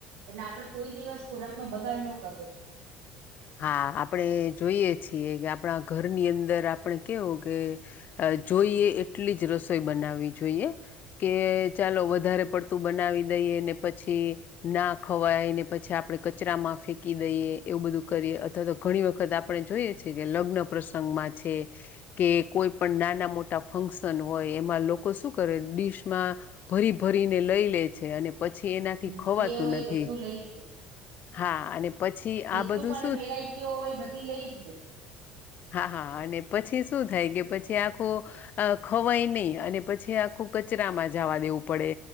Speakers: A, on the right; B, on the left.
A: એટલે આપડે કોઈ દિવસ ખોરાક નો બગાડ ન કરવો જોઈએ
B: હા આપણે જોઈએ છીએ કે આપણા ઘરની અંદર આપણે કેવું કે જોઈએ એટલી જ રસોઈ બનાવી જોઈએ કે ચાલો વધારે પડતું બનાવી દઈએ ને પછી ના ખવાય ને પછી આપડે કચરામાં ફેંકી દઈએ એવું બધું કરીએ અથવા તો ઘણી વખત આપણે જોઈએ છીએ કે લગ્ન પ્રસંગમાં છે કે કોઈ પણ નાના મોટા ફંક્શન હોય એમાં લોકો શું કરે ડીશમાં ભરી ભરીને લઈ લે છે અને પછી એનાથી
A: હમ
B: ખવાતું
A: જે હોય એ
B: નથી
A: બધું લઈ જ લે.
B: હા અને પછી
A: જેટલું
B: આ બધું
A: પણ
B: શું
A: વેરાયટીઓ હોય બધી લઈ જ લે
B: હા હા અને પછી શું થાય કે પછી આખું અ ખવાય નહી અને પછી આખું કચરામાં જાવા દેવું પડે